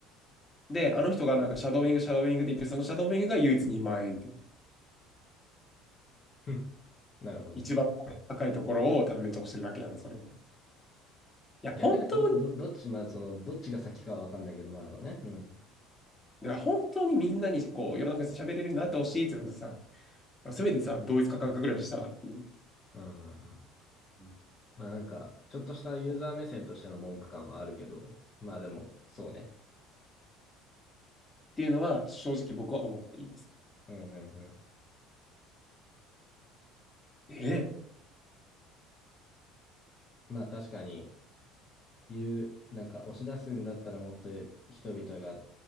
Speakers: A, on the left (about 20°); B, on the left (about 40°).
A: で、あの人がなんかシャドーイング、シャドーイングって言ってる、そのシャドーイングが唯一2万円っていう。
B: <laughs> なるほどね。
A: 一番高いところをただめっちゃ押してるだけやん、それみたいな。いや、
B: 逆じゃ、
A: 本当に、
B: んど、どっち、まあ、その、どっちが先かはわかんないけど、まあそうね。うん。
A: だから本当にみんなにこう世の中で喋れるようになってほしいって言うんですさ、まあせめてさ、同一価格ぐらいしたらっていう。う
B: うんうんうん。
A: ん
B: まあなんか、ちょっとしたユーザー目線としての文句感はあるけど、
A: っ
B: まあでも、そうね。
A: ていうのは、正直僕は思っています。
B: うんうんうん。
A: ねえ
B: まあ確かに、言う、なんか押し出すんだったらもっと人々が